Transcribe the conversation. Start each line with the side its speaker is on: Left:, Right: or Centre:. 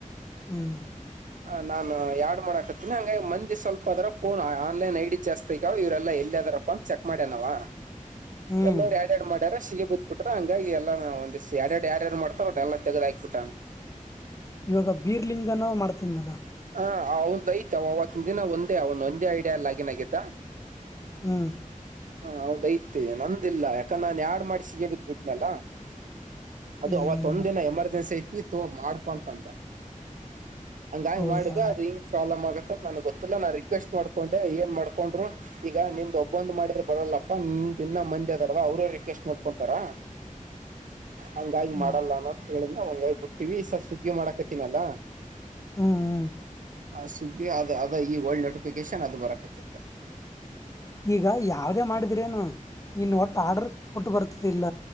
Left: ಹ್ಮ್
Right: ಹ ನಾನು ಯಾಡ್ ಮಾಡಕ ಇ ಹಂಗ ಮಂದಿ ಸ್ವಲ್ಪದರ ಆನ್ಲೈನ್ ಐಡಿ ಜಾಸ್ತಿಗಾವ ಇ್ರಲ್ಲ ಎಲ್ಲದರ ಚಕ್ ಮಾಡೇನವಾ
Left: ಹ್ಮ್
Right: ಎಲ್ಲರೂ ಯಾಡ್ ಯಾಡ್ ಸಿಹಿ ಬಿದ್ದುಬಿಟ್ಟನು ಹಂಗಾಗಿ ಎಲ್ಲಾ ಒಂದ್ ಎಡೆ ಎರಡು ಯಾರ್ಯಾರು ಮಾಡ್ತಾರ ಒ ಎಲ್ಲ ತಗದ ಹಾಕಕ್ಬಿಟ್ಟಾನ
Left: ಇವಾಗ ಬೀರ್ಲಿಂಗನ ಮಾಡ್ತಂದಲ
Right: ಹಾ ಅವಂದ ಐತಿ ಅವವತ್ತಿನ ದಿನ ಒಂದೇ ಅವನ್ ಒಂದೇ ಐಡಿಯಾ ಲಾಗಿನ್ ಆಗ್ಯತ
Left: ಹ್ಮ್
Right: ಹಾ ಹೌದ್ ಐತೆ ನಂದಿಲ್ಲ ಯಾಕಂದ ನಾನನ್ ಯಾಡ್ ಮಾಡಸಗ ಬಿದ್ಬಿಟ್ನಲ್ಲ ಅದು
Left: ಹ್ಮ್
Right: ಅವತ್ ಒಂದಿನ ಎಮರ್ಜೆನ್ಸಿ ಐತಿವಿ ಮಾಡ್ಕೋ ಅಂದ ಹಂಗಾಗಿ
Left: ಹೌದಾ
Right: ಮಾಡಿದ ಅದು ಇಂಗ್ ಪ್ರಾಬ್ಲ್ ಆಗತ್ತತ್ ನನಗ್ ಗೊತ್ತಿಲ್ಲ ನಾ ರಿಕ್ವೆಸ್ಟ್ ಮಾಡ್ ಕೊಂಡೆ ಏನ್ ಮಾಡ್ಕೊಂಡ್ರು ಈಗ ನಿಂದ್ ಒಬ್ಬೊಂದ ಮಾಡಿದ್ರರು ಬರಲ್ಲಪ್ಪನಿಂದ ದನ್ನ ಮಂದಿ ಅದಾರ ಅವ್ರ ಎಷ್ಟ ಮಾಡ್ಕೊಂತಾರಾ ಹಂಗಾಗಿ
Left: ಹ್ಮ್
Right: ಮಾಡಲ್ಲಾನೋ ಅಂತ ಹೇಳಿಂದ ಹಂಗಾಗಿ ಬಿಟ್ಟಿವ ಸ ಸುಗ್ಗಿ ಮಾಡಾಕತಿನಲ್ಲ
Left: ಹ್ಮ್ ಹ್ಮ್
Right: ಹ ಸುಗ್ಗಿ ಅದ ಅದ ಈ ಒಲ್ಡ್ ನೋಟಿಫಿಕೇಶನ್ ಅದು ಬರಕ ಆತಿತ್ತ
Left: ಈಗ ಯಾವದೇ ಮಾಡಿದರೇನು ನೀನ್ ಒಟ್ಟ ಆರ್ಡರ್ ಕೊಟ್ಟು ಬರ್ತತಿಿಲ್ಲ